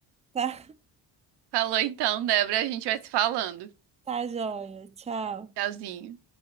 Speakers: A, on the right; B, on the right.
A: Tá,
B: Falou então, Débora, a gente vai se falando.
A: tá joia. Tchau.
B: Tchauzinho.